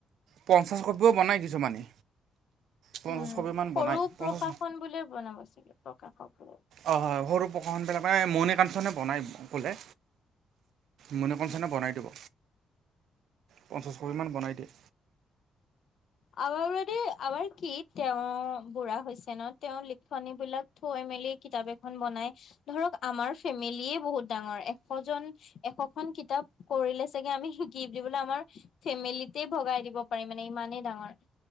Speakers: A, on the right; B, on the left.
A: পঞ্চাছ কপিও বনায় কিছুমানে। পঞ্চাছ
B: উমঁ'
A: কপিমান
B: সৰু
A: বনায় পঞ্চাছ
B: প্ৰকাশন বুলিয়ে বনাব ছাগে প্ৰকাশক।
A: অঁ' হয় সৰু প্ৰকাশনবিলাক মণি কাঞ্চনে বনায় বোলে। মণিকনঞ্চনে বনাই দিব। পঞ্চাছ কপিমান বনাই দিয়ে।
B: আমাৰ মানে আমাৰ কি তেওঁ বুঢ়া হৈছে ন তেওঁৰ লিখনি বিলাক- থৈ মেলি কিতাপ এখন বনাই ধৰক আমাৰ ফেমিলিয়ে বহুত ডাঙৰ এশজন- এশখন কিতাপ পঢ়িলে চাগে আমি শিকি বুলিবোলে আমাৰ- ফেমিলিতে ভগাই দিব পাৰিম মানে ইমানেই ডাঙৰ।